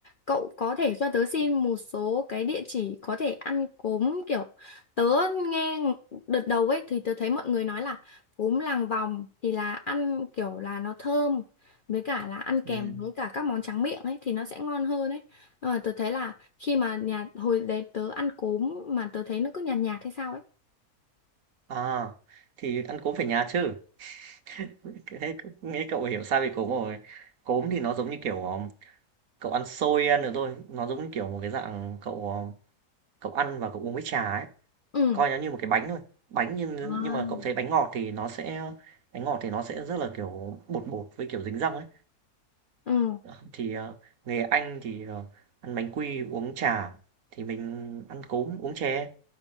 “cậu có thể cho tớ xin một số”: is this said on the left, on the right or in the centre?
Left